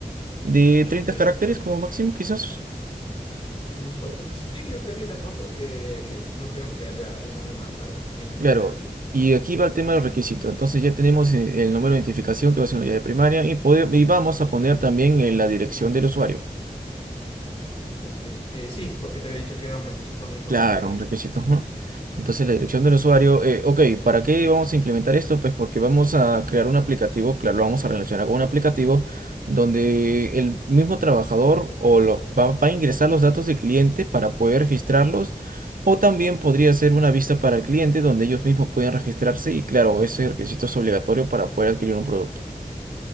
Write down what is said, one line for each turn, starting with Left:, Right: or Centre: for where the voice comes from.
Right: De
Left: ya,
Right: 30
Left: ok.
Right: caracteres como máximo, quizás.
Left: Mm, Barchel,
Right: Eh,
Left: sí, yo creería, ¿no? Porque no creo que haya un nombre más largo de 30 caracteres,
Right: Claro.
Left: ¿no?
Right: Y aquí va el tema del requisito. Entonces ya tenemos eh, el número de identificación que va a ser una llave primaria y, pode- y vamos a poner también eh, la dirección del usuario.
Left: Ok, eh, sí, porque te había dicho que era un requisito muy importante
Right: Claro,
Left: de...
Right: un requisito. ujú. Entonces, la dirección del usuario, eh, ok, ¿para qué vamos a implementar esto? Pues porque vamos a crear un aplicativo, claro, lo vamos a relacionar con un aplicativo donde el mismo trabajador o lo, va, va a ingresar los datos del cliente para poder registrarlos, o también podría ser una vista para el cliente donde ellos mismos pueden registrarse y claro, ese requisito es obligatorio para poder adquirir un producto.